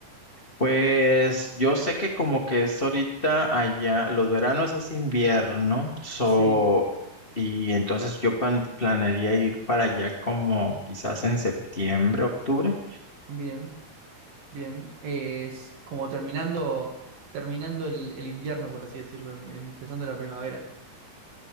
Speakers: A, on the left; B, on the right.
A: Pues yo sé que como que es ahorita allá, los veranos es invierno, so,
B: Sí.
A: y entonces yo plan- planearía ir para allá como quizás en septiembre, octubre.
B: Bien, bien. Eh, Es como terminando, terminando el, el invierno, por así decirlo, em- empezando la primavera,